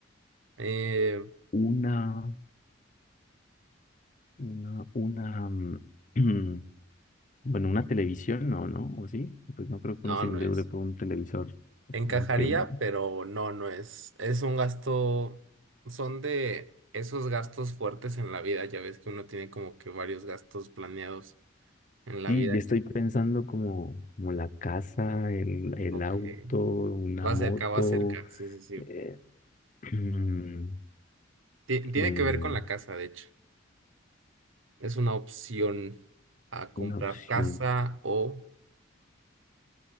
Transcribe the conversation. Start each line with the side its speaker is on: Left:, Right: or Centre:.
Right: Eh,
Left: Una, una, una, mm, <clears throat> bueno, una televisión, no, ¿no? ¿O sí? Pues no creo que
Right: no,
Left: uno se
Right: no
Left: endeude
Right: es.
Left: por un televisor.
Right: Encajaría,
Left: Aunque mm,
Right: pero no, no es. Es un gasto, son de esos gastos fuertes en la vida. Ya ves que uno tiene como que varios gastos planeados en la
Left: sí,
Right: vida
Left: yo estoy pensando como, como la casa, el, el
Right: Ok.
Left: auto, una
Right: Va
Left: moto,
Right: cerca, va cerca. Sí, sí, sí.
Left: eh, <clears throat>
Right: Ti- tiene
Left: el-
Right: que ver con la casa, de hecho. Es una opción a comprar
Left: una opción,
Right: casa o